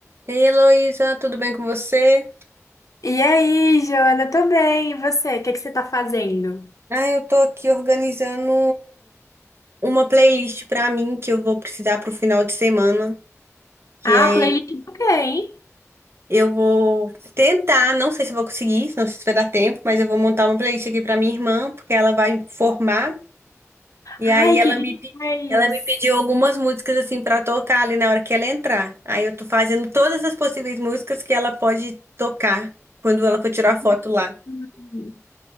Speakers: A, on the right (about 50°); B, on the left (about 80°).
A: Ei, Heloísa, tudo bem com você?
B: E aí, Joana, tô bem. E você? O que que você tá fazendo?
A: Ah, eu tô aqui organizando uma playlist pra mim que eu vou precisar pro final de semana, que
B: Ah,
A: é-
B: playlist do quê, hein?
A: eu vou tentar, não sei se eu vou conseguir, não sei se vai dar tempo, mas eu vou montar uma playlist aqui pra minha irmã, porque ela vai formar, e
B: Ai,
A: aí ela
B: que demais!
A: me, pe- ela me pediu algumas músicas assim pra tocar ali na hora que ela entrar. Aí eu tô fazendo todas as possíveis músicas que ela pode tocar quando ela for tirar foto lá.
B: Hum.